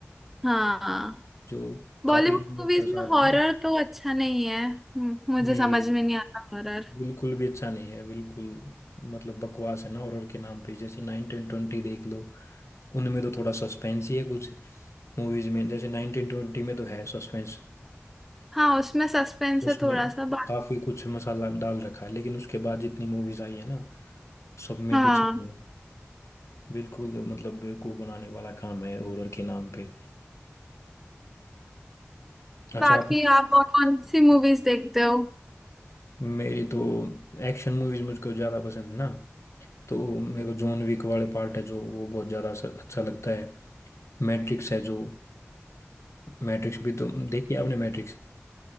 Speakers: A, in the centre; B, on the left.
A: हाँ
B: जो
A: बॉलीवुड
B: काफी
A: मूवीज
B: एक्ट्रेस आ
A: में
B: रहे
A: हॉरर
B: हैं ना
A: तो अच्छा नहीं है हम्म, मुझे
B: नहीं
A: समझ में नहीं आता हॉरर
B: बिल्कुल भी अच्छा नहीं है बिल्कुल मतलब बकवास है ना हॉरर के नाम पे जैसे नाइनटीन ट्वेंटी देख लो उनमें तो थोड़ा सस्पेंस ही है कुछ मूवीज में जैसे नाइनटीन ट्वेंटी में तो है सस्पेंस
A: हाँ उसमें सस्पेंस
B: उसमें
A: है थोड़ा सा बा...
B: काफी कुछ मसाला डाल रखा है लेकिन उसके बाद जितनी मूवीज आई है ना सब में
A: हाँ
B: कुछ नहीं है बिल्कुल मतलब बेवकूफ बनाने वाला काम है हॉरर के नाम पे अच्छा
A: बाकी
B: आप
A: आप और कौन सी मूवीज देखते हो
B: मेरी तो एक्शन मूवीज मुझको ज्यादा पसंद है ना तो मेरे को जॉन विक वाले पार्ट है जो वो बहुत ज्यादा असर- अच्छा लगता है मैट्रिक्स है जो मैट्रिक्स भी तो देखी आपने मैट्रिक्स